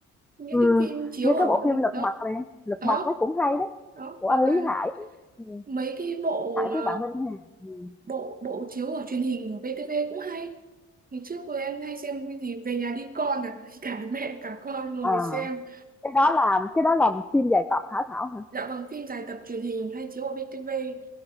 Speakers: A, on the right; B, in the centre.
A: những
B: Ừm,
A: cái phim chiếu
B: như
A: ở
B: cái bộ phim Lật
A: đó
B: Mặt này Lật
A: đó
B: Mặt nó cũng hay đấy,
A: đó
B: của
A: hoặc
B: anh
A: là
B: Lý Hải đó, ừm,
A: mấy cái bộ
B: Lý Hải
A: mà
B: với bạn Minh Hà, ừm,
A: bộ bộ chiếu ở truyền hình ở VTV cũng hay ngày trước cô em hay xem cái gì về nhà đi con à <laughs> cả mẹ cả con ngồi
B: à,
A: xem
B: cái đó là cái đó là phim dài tập hả Thảo hả?
A: Dạ vâng, phim dài tập truyền hình hay chiếu ở VTV